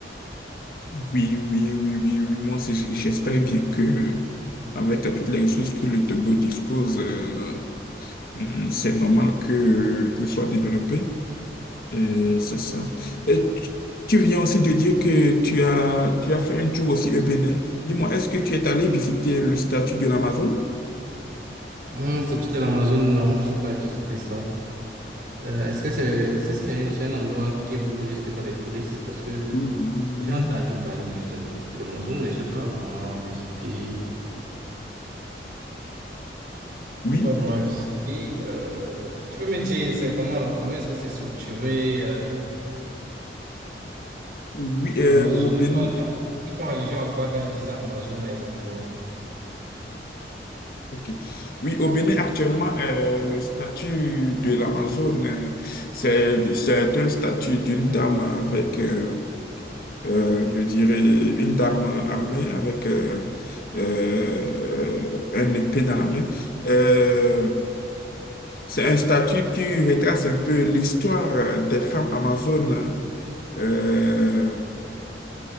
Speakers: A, on the left; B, on the right.
A: Oui, oui, oui, oui, oui. Moi, c'est- j'espère bien que avec toutes les ressources que le Togo dispose, euh, hmm, c'est normal que qu'il soit développé. Et c'est ça. Et tu tu viens aussi de dire que tu as, tu as fait un tour aussi au Bénin. Dis-moi, est-ce que tu es allé visiter le statut de l'Amazone?
B: Hum, statut de l'Amazon, non, je n'ai pas visité ça. Euh, est-ce que c'est est-ce que c'est un, c'est un endroit qui est beaucoup visité par les touristes? Parce que
A: Oui, oui,
B: j'ai entendu parler du statut de l'Amazon, mais je n'ai pas vraiment visité.
A: oui,
B: J'ai pas vraiment
A: oui,
B: visité. Euh, tu peux me dire, c'est comment, comment est-ce que c'est structuré? euh,
A: oui, euh,
B: l'Amazon,
A: au Bénin.
B: quand, quand, ils font allusion à quoi quand ils disent Amazon là exactement?
A: Ok. Oui, au Bénin, actuellement, euh, le statut de l'Amazone, euh, c'est, c'est un statut d'une dame avec, euh, euh, je dirais, une dame armée avec euh, euh, un épée dans la main. Euh, c'est un statut qui retrace un peu l'histoire euh, des femmes amazones euh,